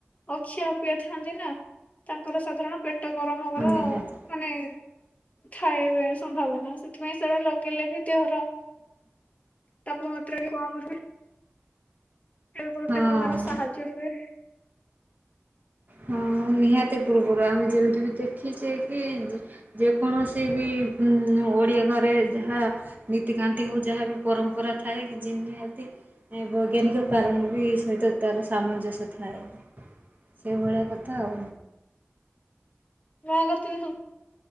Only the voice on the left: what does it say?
ଅଖିଆ ଅପିଆ ଥାଆନ୍ତି ନା। ତାଙ୍କର ସାଧାରଣ ପେଟ ଟ ଗରମ ହବାର
ମାନେ ଥାଏ ବେ ସମ୍ଭାବନା। ସେଥିପାଇଁ ସେଟା ଲଗେଇଲେ ବି ଦେହର ତାପମାତ୍ରା ବି କମ ରୁହେ। ସିଏ ବି ଗୋଟେ
ପ୍ରକାର ସାହାଯ୍ୟ ହୁଏ।
ଯାହା କରୁଥିନି ସବୁ,